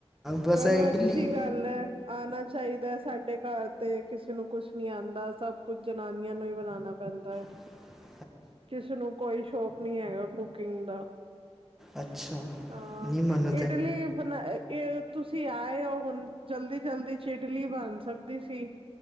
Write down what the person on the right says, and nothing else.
ਚਲੋ
ਅੱਛੀ ਗੱਲ ਹੈ। ਆਣਾ ਚਾਹੀਦਾ ਸਾਡੇ ਘਰ ਤੇ ਕਿਸੇ ਨੂੰ ਕੁਛ ਨੀ ਆਉਂਦਾ ਸਭ ਕੁਛ ਜਨਾਨੀਆਂ ਨੂੰ ਹੀ ਬਣਾਣਾ ਪੈਂਦਾ ਹੈ।
ਕਿਸੇ ਨੂੰ ਕੋਈ ਸ਼ੌਕ ਨੀ ਹੈਗਾ, ਕੁਕਿੰਗ ਦਾ।
ਹਾਂ
ਇਡਲੀ ਬਣਾ <unintelligible> ਤੁਸੀਂ ਆਏ ਹੋ ਹੁਣ ਜਲਦੀ-ਜਲਦੀ ਚ ਇਡਲੀ ਬਣ ਸਕਦੀ ਸੀ।